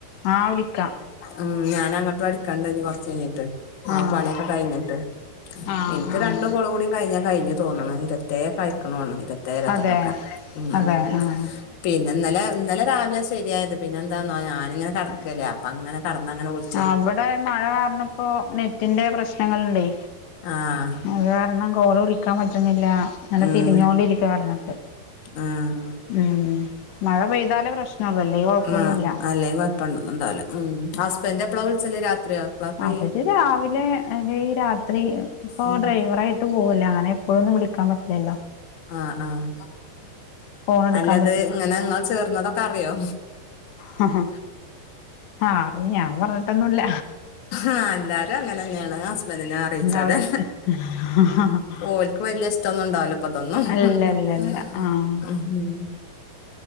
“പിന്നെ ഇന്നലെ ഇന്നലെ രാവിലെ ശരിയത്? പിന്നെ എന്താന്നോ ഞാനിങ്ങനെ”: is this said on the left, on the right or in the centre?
Left